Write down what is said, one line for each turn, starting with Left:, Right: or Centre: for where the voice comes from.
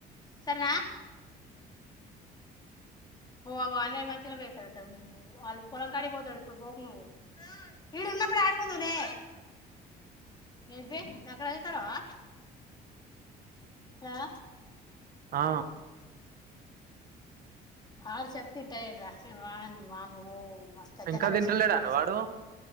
Left: సరేనా ఓ ఆగో అనే మంచిలో పోస్తాడట వాళ్ళు పొలం కడిగిపోతాడు ఇప్పుడు పోకు నువ్వు ఈడ ఉన్నప్పుడు ఆడుకుందూ లే ఏ నకరా చేతనవా ఆ
Right: ఆ
Left: అడు చెప్తే ఇంట లేడు రా వాని వామ్మో మస్త కజాకర్
Right: ఇంకా తింటలేడా
Left: వేషం ఎత్తండు
Right: అన్న వాడు